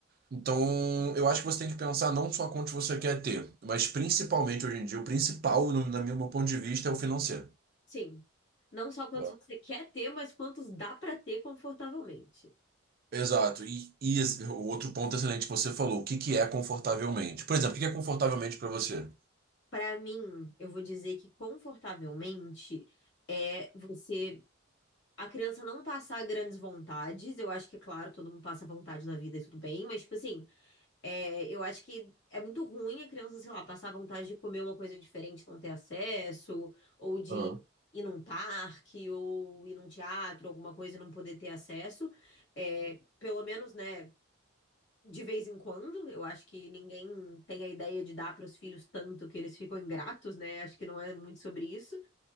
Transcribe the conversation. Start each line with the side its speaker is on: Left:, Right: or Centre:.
Right: Então, eu acho que você tem que pensar não só quanto você quer ter, mas principalmente hoje em dia, o principal, no, na meu, meu ponto de vista, é o financeiro.
Left: Sim. Não só quantos
Right: Eu-
Left: você quer ter, mas quantos dá para ter confortavelmente.
Right: Exato. E, e esse- o outro ponto excelente que você falou, o que que é confortavelmente? Por exemplo, o que que é confortavelmente para você?
Left: Para mim, eu vou dizer que confortavelmente é você. A criança não passar grandes vontades. Eu acho que, claro, todo mundo passa vontade na vida e tudo bem, mas, tipo assim, é, eu acho que é muito ruim a criança, sei lá, passar vontade de comer uma coisa diferente, e não ter acesso, ou de
Right: Ah,
Left: ir num parque, ou ir num teatro, alguma coisa e não poder ter acesso. É, pelo menos, né? de vez em quando. Eu acho que ninguém tem a ideia de dar para os filhos tanto que eles ficam ingratos, né? Acho que não é muito sobre isso.